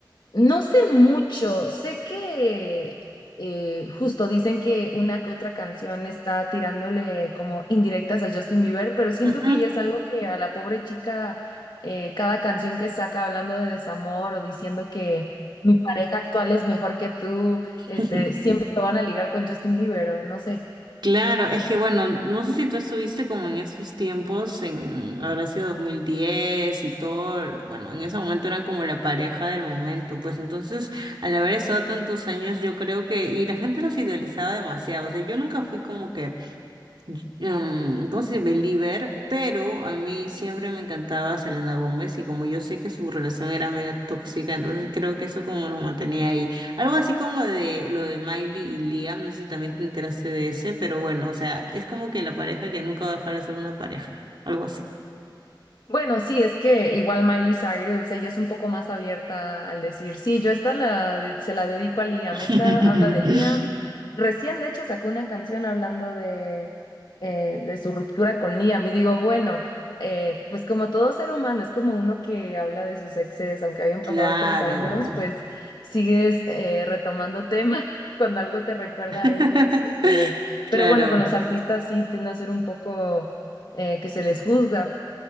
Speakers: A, on the left (about 60°); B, on the right (about 70°).
A: No sé mucho, sé que eh, justo dicen que una que otra canción está tirándole como indirectas a Justin Bieber, pero siento
B: Ujú.
A: que ya es algo que a la pobre chica, eh, cada canción que saca hablando de desamor o diciendo que mi pareja actual es mejor que tú,
B: <laughs>
A: este, siempre lo van a ligar con Justin Bieber o no sé.
B: Claro, es que bueno, no sé si tú estuviste como en esos tiempos, en habrá sido 2010 y todo, bueno, en ese momento era como la pareja del momento, pues entonces al haber estado tantos años yo creo que, y la gente los idealizaba demasiado, o sea, yo nunca fui como que em, ¿cómo se dice? Believer, pero a mí siempre me encantaba Selena Gómez y como yo sé que su relación era media tóxica, entonces creo que eso como los mantenía ahí. Algo así como de lo de Miley y Liam, no sé si también te enteraste de ese, pero bueno, o sea, es como que la pareja que nunca va a dejar de ser una pareja, algo así.
A: Bueno, sí, es que igual Miley Cyrus, ella es un poco más abierta al decir, sí, yo esta la, de- se la dedico a Liam,
B: <laughs>
A: esta habla de Liam. Recién, de hecho, sacó una canción hablando de, eh, de su ruptura con Liam y digo, bueno, eh, pues como todo ser humano, es como uno que habla de sus exes, aunque hayan
B: Claro.
A: pasado tres años, pues sigues eh, retomando temas <laughs> cuando algo te recuerda
B: <laughs>
A: a ellos. eh,
B: Claro.
A: pero bueno, con los artistas sí tiende a ser un poco... eh, que se les juzga